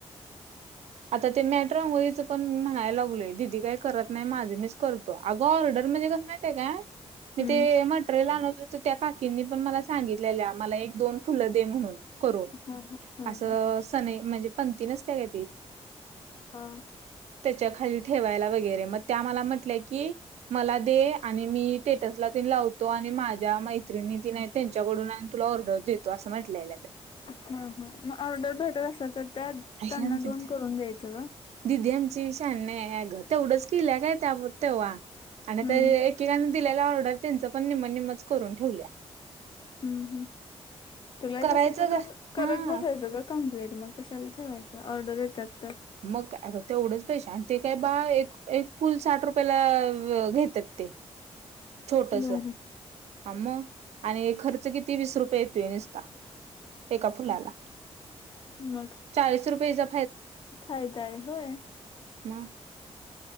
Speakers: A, on the right; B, on the left.
A: आता ते मॅट्र रागोळीच पण म्हणायला लागलोय. दिदी काय करत नाही माझे मीच करतो. अगं ऑर्डर म्हणजे कस माहितीय काय मी
B: हम्म
A: ते मटेरिल आणत होतो त्या काकींनी पण मला सांगितलेल्या मला एक दोन फुल दे म्हणून. करून.
B: हा हा हा
A: अस
B: हा
A: सनई म्हणजे पणती नसत्या काय ती.
B: हा
A: त्याच्या खाली ठेवायला वगैरे मग त्या मला म्हटल्या य की, मला दे आणि मी स्टेटसला ती लावतो आणि माझ्या मैत्रिणी ती त्यांच्याकडून आणि तुला ऑर्डर देतो. अस म्हटल्या.
B: ह ह मग ऑर्डर भेटत असला तर त्या त्यांना
A: आई आमची
B: दोन करून द्यायच का.
A: दिदी आमची शानी नाही ग तेवढच केलय काय त्या तेव्हा, आणिता
B: हम्म
A: एकेकाने दिलेला ऑर्डर त्यांच पण नि्मन निम्मच करून ठेवल्या.
B: हम् हम्. तुलायच
A: करायचं
B: असल तर
A: का
B: करत
A: हा
B: बसायच का कमपप्लिट मग कशाला ठेवायच. जर ऑर्डर येतात तर,
A: मग तेवढंच पैसे आणि ते काय बाळ एक एक फुल साठ रुपयाला घेतात ते.
B: <inaudible>
A: छोटस
B: बरे
A: हा मग आणि खर्च किती वीस रुपये येतोय नुसता. एका फुलाला
B: मग
A: चाळीस रुपयेचा
B: फायदा आहे होय.
A: म